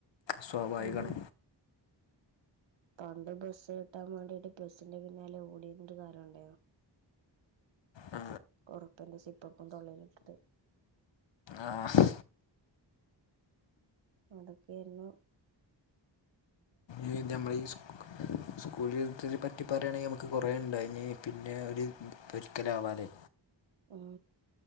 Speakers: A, on the left (about 80°); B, on the right (about 85°).
A: സോഭായ്കാണ്
B: ഉം പണ്ട് ബെസ്സ് കിട്ടാൻ വേണ്ടിട്ട് ബെസ്സിന്റെ പിന്നാലെ ഓടീര്ന്നൊര് കാലൊണ്ടായ്ന്
A: ആ,
B: ഒറൊപ്പ്യെന്റെ സിപ്പപ്പും തൊള്ളല്ട്ട്ട്ട്
A: ആഹ്
B: അതൊ‌ക്കെയാര്ന്നു
A: ഈ ഞമ്മ്ളീ സ്‌കൂൾക് സ്കൂൾലെന്ത്നേപറ്റി പറയാണെങ്കി നമ്മ്ക്ക് കൊറെണ്ടായിനീ പിന്നെ ഒര് ഒര്ക്കലാവാലേ
B: ഉം